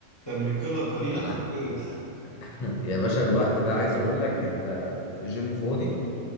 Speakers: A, on the left (about 20°); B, on the left (about 55°).
A: انت من القله القليله
B: انا
A: حرفيا
B: <laughs> يا باشا الوقت ده عايز اقول لك انت جيم فاضي